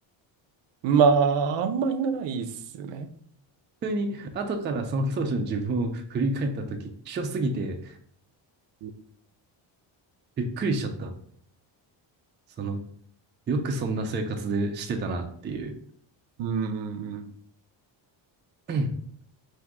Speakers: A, on the right (about 65°); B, on the right (about 25°).
A: まあ、あんまいないっすね。
B: 普通に、後からその当時の自分を振り返った時、希少すぎて、
A: うん、
B: びっくりしちゃった。その、よくそんな生活でしてたなっていう。
A: うん、うん。
B: <laughs>